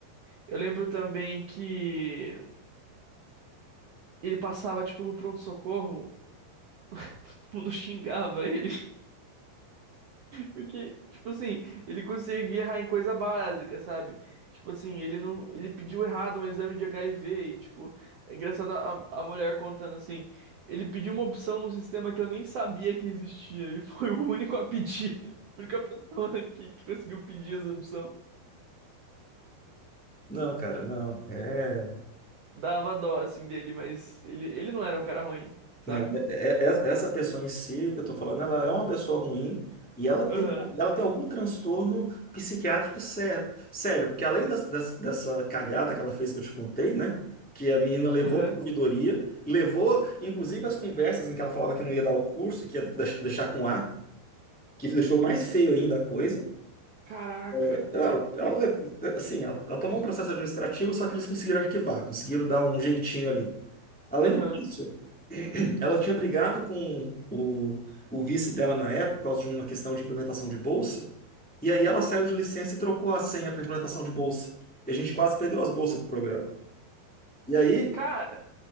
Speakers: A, on the right (about 70°); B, in the centre.
A: Eu lembro também que ele passava, tipo, no pronto-socorro, <laughs> todo mundo xingava ele. Porque, tipo assim, ele conseguia errar em coisa básica, sabe? Tipo assim, ele não, ele pediu errado um exame de HIV e, tipo, é engraçado a, a mulher contando assim, ele pediu uma opção no sistema que eu nem sabia que existia. Ele foi o único a pedir, <laughs> a única pessoa que, que conseguiu pedir essa opção.
B: Não, cara, não. É.
A: Dava dó, assim, dele, mas ele, ele não era um cara ruim, sabe?
B: Não, é- é- é, essa pessoa em si que eu tô falando, ela é uma pessoa ruim e ela tem,
A: Aham,
B: ela tem algum transtorno psiquiátrico sério, sério, porque além das- das- dessa cagada que ela fez que eu te contei, né? Que a menina levou
A: aham.
B: para ouvidoria, levou inclusive as conversas em que ela falava que não ia dar o curso, que ia deix- deixar com A, que deixou mais feio ainda a coisa.
A: Caraca.
B: É, claro, ela, assim, ela, ela tomou um processo administrativo, só que eles conseguiram arquivar, conseguiram dar um jeitinho ali. Além
A: Aham.
B: disso, <clears throat> ela tinha brigado com o, o vice dela na época por causa de uma questão de implementação de bolsa, e aí ela saiu de licença e trocou a senha para implementação de bolsa. E a gente quase perdeu as bolsas do programa. E aí,
A: Cara,